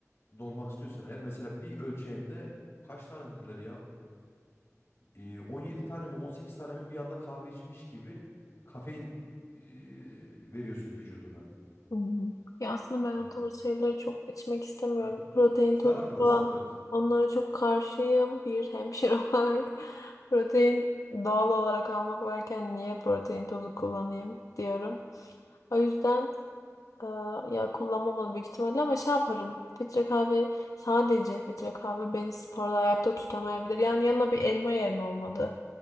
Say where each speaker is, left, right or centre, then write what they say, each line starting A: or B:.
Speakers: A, on the left; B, on the left.
A: dolmak istiyorsan eğer mesela bir ölçeğinde kaç tane dediler ya? e, 17 tane mi 18 tane mi bir anda kahve içmiş gibi kafein e, veriyorsun vücuduna.
B: Hı hı. Ya aslında ben
A: Yani.
B: o tarz şeyleri çok içmek istemiyorum.
A: Hı hı.
B: Protein
A: Zararlı
B: tozu falan
A: aslında evet.
B: onlara çok karşıyım. Bir hemşire <laughs> olarak protein doğal olarak almak varken niye protein tozu kullanayım diyorum. O yüzden Aa, ya kullanmamalı büyük ihtimalle ama şey yaparım. Filtre kahve sadece filtre kahve beni sporda ayakta tutamayabilir. Yani yanına bir elma yerim olmadı.